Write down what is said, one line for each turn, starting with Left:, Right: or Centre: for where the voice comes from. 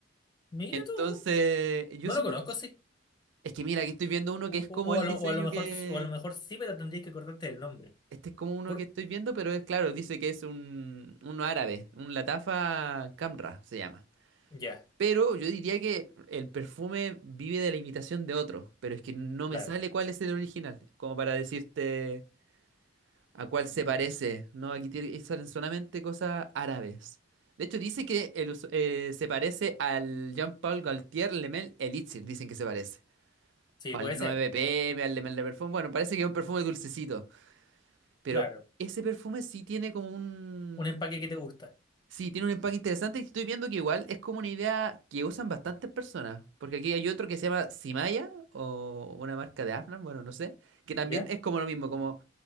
Left: Mira
Right: Entonces,
Left: tú.
Right: yo
Left: No
Right: siento
Left: lo conozco,
Right: que-
Left: sí.
Right: Es que mira, aquí estoy viendo uno
Left: O,
Right: que es como
Left: o- o
Right: el
Left: a
Right: diseño
Left: lo, o a lo mejor,
Right: que...
Left: o a lo mejor sí, pero tendría que acordarte del nombre.
Right: Este es como uno
Left: Por-
Right: que estoy viendo, pero es claro, dice que es un, uno árabe, un Latafa Camra se llama.
Left: Ya,
Right: Pero yo diría que el perfume vive de la imitación de otro, pero es que no me
Left: claro.
Right: sale cuál es el original, como para decirte a cuál
Left: Mm,
Right: se parece. No, aquí tiene- salen solamente cosas árabes. De hecho, dice que el us- eh, se parece al Jean-Paul Gaultier Le Mel Elixir, dicen que se parece.
Left: Sí,
Right: O
Left: puede
Right: al 9PM,
Left: ser.
Right: al Le Mel de Perfume. Bueno, parece que es un perfume dulcecito, pero
Left: Claro.
Right: ese perfume sí tiene como un
Left: Un empaque que te gusta.
Right: Sí, tiene un empaque interesante y estoy viendo que igual es como una idea que usan bastantes personas. Porque aquí hay otro que se llama Simaya o una marca de Afnan, bueno, no sé. Que también
Left: ¿Ya?
Right: es como lo mismo, como